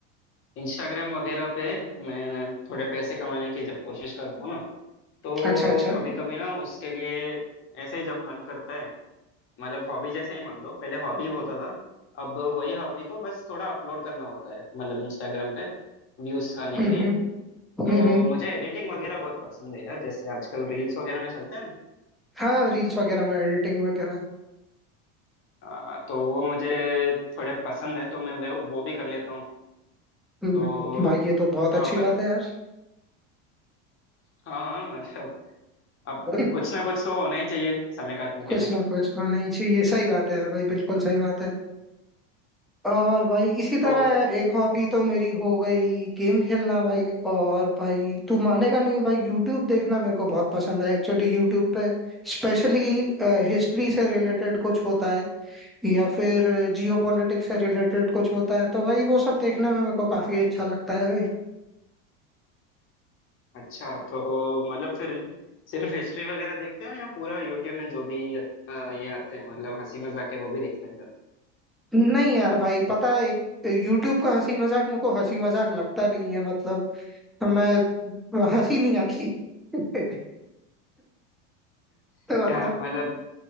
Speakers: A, on the left; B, in the centre.
A: इंस्टाग्राम वगैरह पे मैं थोड़े पैसे कमाने की जब कोशिश करता हूँ ना तो
B: अच्छा अच्छा
A: कभी कभी ना उसके लिए ऐसे ही जब मन करता है मतलब हॉबी जैसे ही मान लो पहले हॉबी होता था अब वही हॉबी को बस थोड़ा अपलोड करना होता है मतलब इंस्टाग्राम पे व्यूज आने
B: हम्म
A: के लिए
B: हम्म
A: तो
B: हम्म हम्म,
A: मुझे एडिटिंग वगैरह बहुत पसंद है यार जैसे आजकल रील्स वगैरह में चलते हैं ना
B: हाँ रील्स वगैरह में एडिटिंग वगैरह
A: आ, तो वो मुझे थोड़े पसंद है तो मैं वो वो भी कर लेता हूँ
B: हम्म
A: तो
B: हम्म, भाई ये तो बहुत
A: हाँ
B: अच्छी
A: पर
B: बात है यार
A: हाँ हाँ मतलब अब
B: <laughs>
A: कुछ ना कुछ तो होना ही चाहिए समय काटने के
B: कुछ
A: लिए
B: ना कुछ होना ही चाहिए सही बात है यार भाई बिल्कुल सही बात है और भाई इसी तरह
A: तो
B: यार एक हॉबी तो मेरी हो गई गेम खेलना भाई और भाई तू मानेगा नहीं भाई यूट्यूब देखना मेरे को बहुत पसंद है एक्चुअली यूट्यूब पे स्पेशली हिस्ट्री से रिलेटेड कुछ होता है या फिर जियो पॉलिटिक्स से रिलेटेड कुछ होता है तो भाई वो सब देखने में मेरे को काफी अच्छा लगता है भाई
A: अच्छा तो मतलब फिर सिर्फ हिस्ट्री वगैरह देखते हो या पूरा यूट्यूब में जो भी अ, ये आते हैं मतलब हंसी मजाक के वो भी देख लेते हो
B: नहीं यार भाई पता है एक यूट्यूब का हंसी मजाक मेरे को हंसी मजाक लगता नहीं है मतलब मैं हंसी नहीं आती <laughs> तो
A: क्या
B: मतलब
A: मतलब